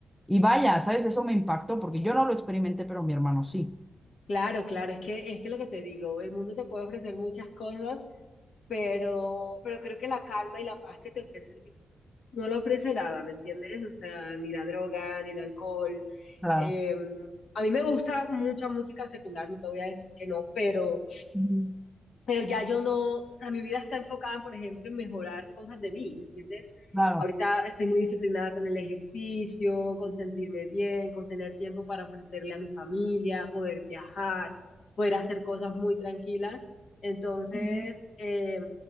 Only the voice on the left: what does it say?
Claro, claro, es que, es que lo que te digo, el mundo te puede ofrecer muchas cosas, pero, pero creo que la calma y la paz que te ofrece Dios no lo ofrece nada, ¿me entiendes? O sea, ni la droga, ni el alcohol.
Eh, a mí me gusta mucha música secular, no te voy a decir que no, pero
pero ya yo no, o sea, mi vida está enfocada, por ejemplo, en mejorar cosas de mí, ¿me entiendes?
Ahorita estoy muy disciplinada con el ejercicio, con sentirme bien, con tener tiempo para ofrecerle a mi familia, poder viajar, poder hacer cosas muy tranquilas. Entonces,
eh,